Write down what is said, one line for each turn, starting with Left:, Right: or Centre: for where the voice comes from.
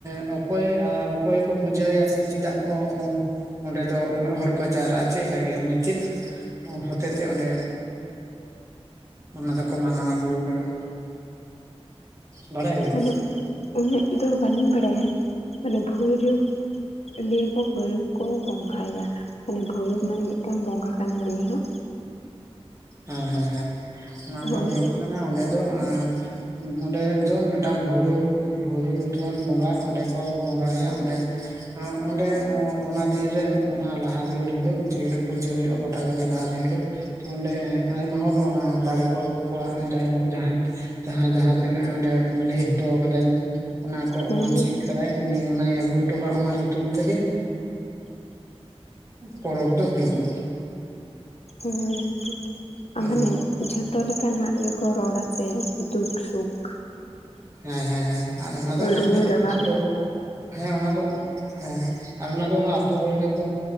Right: ᱚᱠᱚᱭ ᱚᱠᱚᱭ ᱠᱚ ᱯᱩᱡᱟᱹ ᱟᱭᱟ ᱥᱮ ᱪᱮᱫᱟᱜ ᱠᱚ? ᱚᱸᱰᱮ ᱫᱚ ᱩᱱᱟᱹᱜ ᱦᱚᱲ ᱠᱚ ᱡᱟᱣᱨᱟᱜᱼᱟ ᱪᱮᱜ ᱞᱟᱹᱜᱤᱫ ᱚᱸᱰᱮ ᱪᱮᱜ? ᱦᱚᱛᱮ ᱛᱮ ᱚᱸᱰᱮ, ᱚᱱᱟ ᱫᱚᱠᱚ ᱢᱟᱱᱟᱣ ᱟᱹᱜᱩᱼᱼ <unintelligible> ᱫᱟ ᱵᱟᱲᱟᱭᱟ ᱵᱤᱱ?
Left: ᱢᱟᱱᱮ ᱩᱱᱟᱹᱜ ᱫᱚ ᱵᱟᱞᱤᱧ ᱵᱟᱲᱟᱭᱟ, ᱢᱟᱱᱮ ᱵᱷᱚᱭᱨᱚᱼᱼ ᱞᱟᱹᱭᱟ ᱠᱚ ᱵᱷᱚᱭᱨᱚᱵ ᱠᱚ ᱵᱚᱸᱜᱟ ᱟᱭᱟ, ᱢᱟᱱᱮ ᱵᱷᱚᱭᱨᱚᱵ ᱢᱟᱱᱮ ᱢᱤᱫᱴᱟᱝ ᱵᱚᱸᱜᱟ ᱠᱟᱱᱟᱭ ᱩᱱᱤ ᱦᱚᱸ᱾
Right: ᱦᱮᱸ ᱦᱮᱸ ᱦᱮᱸ ᱚᱱᱟ
Left: ᱦᱳᱭ
Right: ᱫᱚ ᱦᱩᱭᱩᱜ ᱠᱟᱱᱟ, ᱚᱸᱰᱮ ᱫᱚ ᱮᱸᱼᱼ ᱚᱸᱰᱮ ᱫᱚ ᱢᱤᱫᱴᱟᱝ ᱵᱷᱳᱭᱨᱳᱵ ᱵᱷᱳᱭᱨᱳᱵ ᱧᱩᱛᱩᱢᱟᱱ ᱵᱚᱸᱜᱟ ᱚᱸᱰᱮ ᱠᱚ ᱵᱚᱸᱜᱟᱭᱟ ᱚᱸᱰᱮ, ᱚᱸᱰᱮ ᱚᱱᱟ ᱫᱤᱱᱨᱮ ᱚᱱᱟ ᱞᱟᱦᱟ ᱫᱤᱱ ᱦᱤᱞᱳᱜ, ᱡᱮᱦᱤᱞᱳᱜ ᱯᱩᱡᱟᱹ ᱦᱩᱭᱩᱜᱼᱟ᱾ ᱯᱟᱴᱟᱵᱤᱫᱟᱹ ᱞᱟᱦᱟ ᱫᱤᱱ ᱦᱤᱞᱳᱜ, ᱛᱚ ᱚᱸᱰᱮ ᱟᱭᱢᱟ ᱦᱚᱲ ᱚᱱᱟ ᱫᱟᱲᱮ ᱠᱚ ᱟᱹᱜᱩ ᱠᱚᱣᱟ ᱡᱟᱭᱦᱳᱠ ᱡᱟᱦᱟᱸᱼᱼ ᱡᱟᱦᱟᱸᱭ ᱡᱟᱦᱟᱸᱛᱤᱱᱟᱹᱜ ᱚᱸᱰᱮ ᱞᱟᱹᱭ ᱦᱚᱴᱚ ᱠᱟᱹᱫᱟᱹᱭ ᱚᱱᱟ ᱠᱚ
Left: ᱦᱮᱸ
Right: ᱢᱟᱱᱥᱤᱠᱼᱼ
Left: ᱦᱮᱸ
Right: ᱠᱟᱫᱟᱭ ᱩᱱᱤ ᱚᱱᱟᱭ ᱟᱹᱜᱩ ᱦᱚᱴᱚ ᱠᱟᱜᱼᱟ ᱚᱱᱟ ᱧᱩᱛᱩᱢ ᱛᱮᱜᱮᱼᱼ ᱯᱚᱨᱚᱵᱽ ᱫᱚ ᱦᱩᱭᱩᱜᱼᱟ᱾
Left: ᱦᱳᱭ ᱴᱷᱤᱠ ᱟᱨ
Right: ᱦᱮᱸ
Left: ᱢᱟᱱᱮᱼᱼ ᱡᱷᱚᱛᱚ ᱞᱮᱠᱟᱱᱟᱜ ᱜᱮᱠᱚ ᱨᱚᱲᱟ ᱥᱮ ᱫᱩᱠ ᱥᱩᱠᱼᱼ
Right: ᱦᱮᱸ ᱦᱮᱸ ᱟᱨ ᱚᱱᱟ ᱫᱚ ᱚᱱᱟ
Left: ᱨᱩᱣᱟᱹ ᱨᱟᱵᱟᱝ
Right: ᱟᱹᱛᱩᱼᱼ ᱦᱮᱸ ᱚᱱᱟ ᱫᱚ ᱦᱮᱸ ᱟᱨ ᱚᱱᱟ ᱫᱚ ᱚᱱᱟ ᱟᱹᱛᱩᱳ ᱦᱚᱲ ᱜᱮᱠᱚᱼᱼ